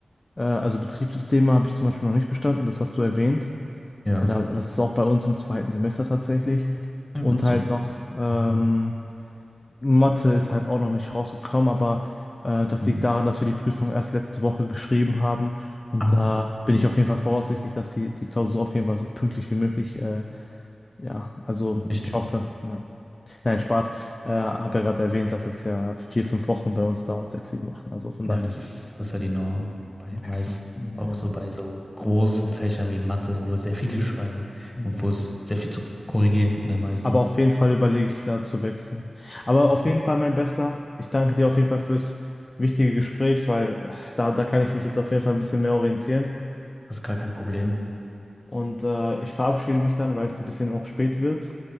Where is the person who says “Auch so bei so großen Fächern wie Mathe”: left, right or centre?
Left